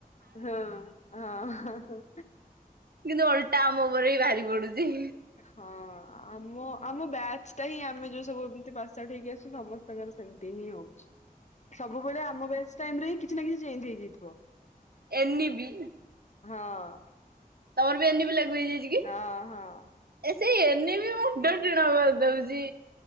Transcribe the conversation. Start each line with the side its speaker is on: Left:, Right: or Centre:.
Left: ହଁ ହଁ।
Right: କିନ୍ତୁ ଓଲଟା ଆମ ଉପରେ ବି ଭାରି ପଡୁଛି।
Left: ହଁ ଆମ ଆମ ବ୍ୟାଚ୍ ଟା ହିଁ ଆମେ ଯୋଉ ସବୁ ଏମତି ପାସ ଆଉଟ ହେଇକି ଆସିଛୁ ସମସ୍ତେ ତାଙ୍କର ସେମିତି ହିଁ ହଉଛି। ସବୁବେଳେ ଆମ ବ୍ୟାଚ ଟାଇମରେ ହଁ କିଛି ନା କିଛି ଚେଞ୍ଜ ହେଇଯାଇଥିବ।
Right: N E P.
Left: ହଁ।
Right: ତମର ବି ଏନ୍ ଇ ପି ଲାଗୁ ହେଇଯାଇଛି କି?
Left: ହଁ ହଁ।
Right: ଏ ସେଇ ଏନ୍ ଇ ପି ବି ମୁଣ୍ଡ ଟିଣ କରିଦଉଛି